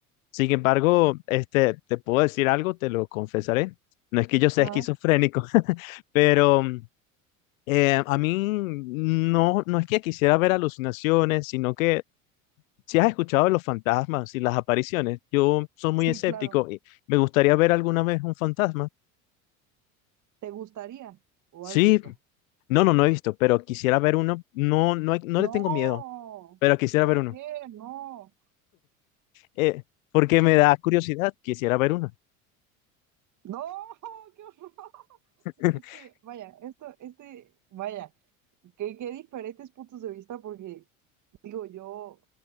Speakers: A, on the left (about 75°); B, on the right (about 45°).
A: Sin embargo, este, te puedo decir algo, te lo confesaré. No es que yo sea
B: Ajá,
A: esquizofrénico, <laughs> pero eh, a mí no, no es que quisiera ver alucinaciones, sino que si has escuchado de los fantasmas y las apariciones, yo soy muy
B: sí,
A: escéptico
B: claro.
A: y me gustaría ver alguna vez un fantasma.
B: ¿Te gustaría o
A: Sí,
B: has visto?
A: no, no, no he visto, pero quisiera ver uno. No, no, hay- no
B: No,
A: le tengo miedo, pero quisiera
B: ¿por
A: ver uno.
B: qué? No,
A: Eh, porque me da curiosidad, quisiera ver uno.
B: no, <laughs> qué horror.
A: <laughs>
B: Es que, vaya, esto, este, vaya, que qué diferentes puntos de vista porque digo yo,